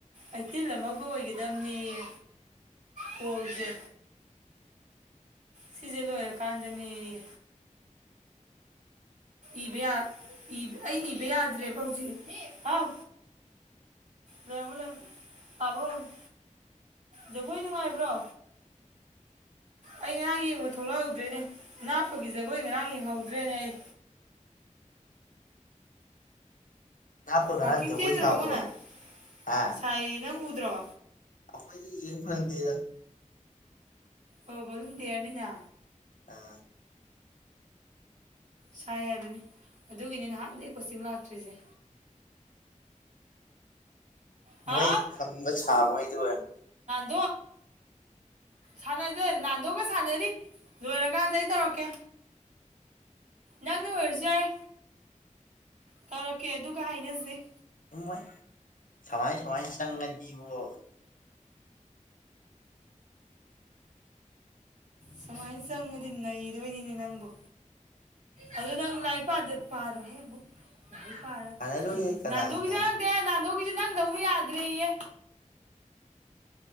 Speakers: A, on the right; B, on the left.
A: ꯑꯩꯠꯇꯤꯟ ꯑꯃꯒ ꯑꯣꯏꯒꯗꯕꯅꯦꯌꯦ ꯀꯣꯜꯖꯦ ꯁꯤꯖꯦ ꯂꯣꯏꯔꯀꯥꯟꯗꯅꯦꯌꯦ ꯏꯕ ꯌꯥ ꯑꯩ ꯏꯕ ꯌꯥꯗ꯭ꯔꯦꯕ ꯍꯧꯖꯤꯛ ꯍꯥꯎ ꯂꯩꯔꯝꯃꯣ ꯂꯩꯔꯝꯃꯣ ꯄꯥꯕ ꯍꯧꯔꯝꯃꯣ ꯖꯒꯣꯏ ꯅꯨꯡꯉꯥꯏꯕ꯭ꯔꯣ ꯑꯩ ꯉꯔꯥꯡ ꯌꯦꯡꯕ ꯊꯣꯛꯂꯛꯍꯧꯗ꯭ꯔꯦꯅꯦ ꯅꯥꯞꯄꯒꯤ ꯖꯒꯣꯏ ꯉꯔꯥꯡ ꯌꯦꯡꯍꯧꯗ꯭ꯔꯦꯅꯦ ꯑꯩ
B: <inaudible> ꯅꯥꯞꯄ ꯉꯔꯥꯡ
A: ꯋꯥꯛꯀꯤꯡ
B: ꯖꯒꯣꯏ
A: ꯆꯦꯟꯗ꯭ꯔꯕꯣ
B: ꯁꯥꯕ꯭ꯔꯣ
A: ꯉꯣ ꯅꯪ
B: ꯍꯥ
A: ꯁꯥꯏ ꯅꯪ ꯎꯗ꯭ꯔꯣ
B: ꯑꯩꯈꯣꯏꯗꯤ ꯌꯦꯡ ꯐꯪꯗꯦꯗ
A: ꯑꯣ ꯕꯣꯂꯟꯇꯤꯌꯥꯔꯅꯤꯅ
B: ꯑꯥ
A: ꯁꯥꯏ ꯍꯥꯏꯕꯅꯤ ꯑꯗꯨꯒꯤꯅꯤ ꯅꯍꯥꯟꯗꯒꯤ ꯀꯣꯆꯤꯡ ꯂꯥꯛꯇ꯭ꯔꯤꯁꯦ ꯍꯥꯎ
B: ꯃꯣꯏ ꯈꯝꯕ ꯁꯥꯕ ꯈꯩꯗꯣ ꯑꯣꯢꯔꯝ
A: ꯗꯣ ꯁꯥꯟꯅꯁꯦ ꯅꯥꯟꯗꯣꯒ ꯁꯥꯟꯅꯔꯤ ꯂꯣꯏꯔꯀꯥꯟꯗ ꯑꯩ ꯇꯧꯔꯛꯀꯦ ꯅꯪꯅ ꯑꯣꯏꯔꯁꯨ ꯌꯥꯏ ꯇꯧꯔꯛꯀꯦ ꯑꯗꯨꯒ ꯍꯥꯏꯅꯁꯦ
B: ꯃꯣꯢ ꯁꯃꯥꯏ ꯁꯨꯃꯥꯏ ꯆꯪꯉꯅꯤꯕꯀꯣ <inaudible>
A: ꯁꯨꯃꯥꯏꯅ ꯆꯪꯉꯗꯤ ꯅꯩꯗꯣꯏꯅꯤꯅꯦ ꯅꯪꯕꯨ ꯑꯗꯨ ꯅꯪ ꯂꯥꯏꯔꯤꯛ ꯄꯥꯗꯨ ꯄꯥꯔꯣꯍꯦ ꯑꯃꯨꯛ ꯂꯥꯏꯔꯤꯛ ꯄꯥꯔ
B: ꯁꯥꯟꯅꯔꯣꯏꯍꯦ ꯀꯅꯥ
A: ꯅꯥꯟꯗꯣꯒꯤ
B: ꯁꯥꯟꯅꯗꯣꯏꯅꯣ
A: ꯆꯪꯂꯛꯇꯦ ꯅꯥꯟꯗꯣ ꯁꯤꯗꯤ ꯅꯪꯗꯧꯅ ꯌꯥꯗ꯭ꯔꯦꯌꯦ